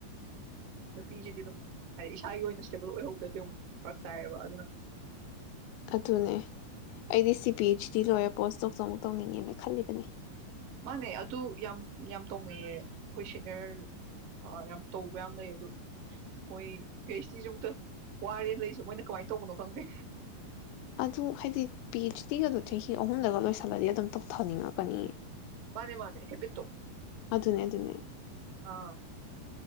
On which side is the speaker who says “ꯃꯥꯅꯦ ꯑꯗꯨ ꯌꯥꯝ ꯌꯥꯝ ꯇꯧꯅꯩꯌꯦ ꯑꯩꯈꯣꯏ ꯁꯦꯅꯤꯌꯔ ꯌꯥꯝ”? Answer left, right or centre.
Right